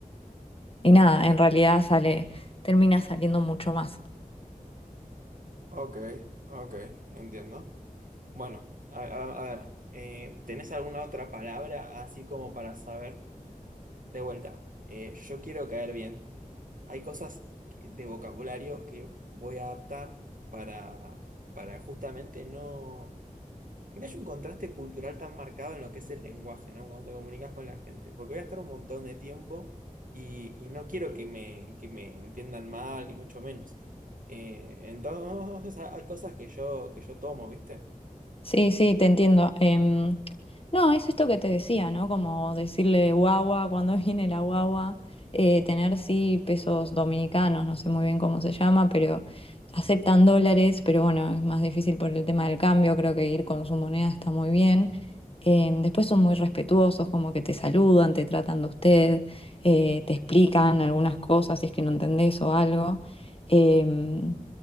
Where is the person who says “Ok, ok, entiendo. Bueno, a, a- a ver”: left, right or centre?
Right